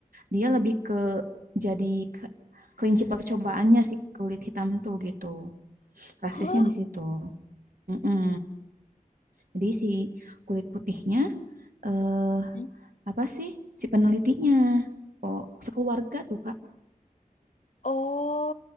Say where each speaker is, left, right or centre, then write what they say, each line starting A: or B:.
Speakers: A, on the right; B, on the left.
A: dia lebih ke jadi ke- kelinci percobaannya si kulit hitam tuh gitu rasisnya
B: Hah?
A: di situ Mm-mm. jadi si kulit putihnya eh
B: Hmm?
A: apa sih si penelitinya oh sekeluarga tuh Kak
B: Oh,